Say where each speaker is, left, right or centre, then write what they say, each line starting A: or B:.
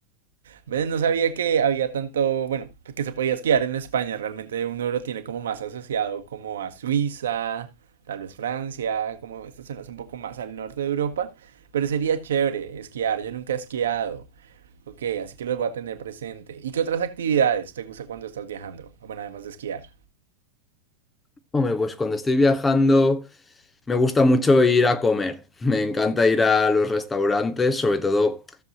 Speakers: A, on the right (about 65°); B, on the left (about 15°).
A: ¿Ves? No sabía que había tanto, bueno, pues que se podía esquiar en España. Realmente uno lo tiene como más asociado como a Suiza, tal vez Francia, como estas zonas un poco más al norte de Europa. Pero sería chévere esquiar. Yo nunca he esquiado. Ok, así que los voy a tener presente. ¿Y qué otras actividades te gusta cuando estás viajando? Bueno, además de esquiar.
B: <laughs> Hombre, pues cuando estoy viajando me gusta mucho ir a comer. Me encanta ir a los restaurantes, sobre todo